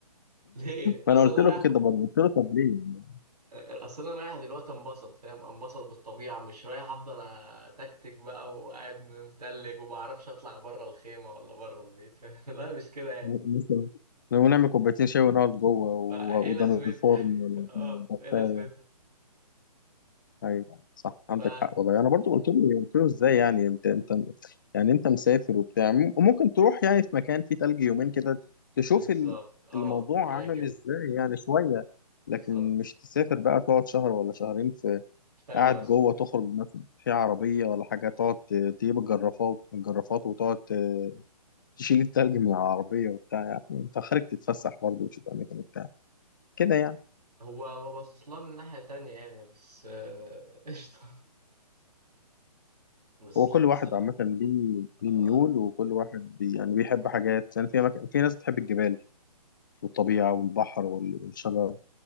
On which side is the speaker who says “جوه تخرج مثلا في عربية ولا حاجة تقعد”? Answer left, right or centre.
Left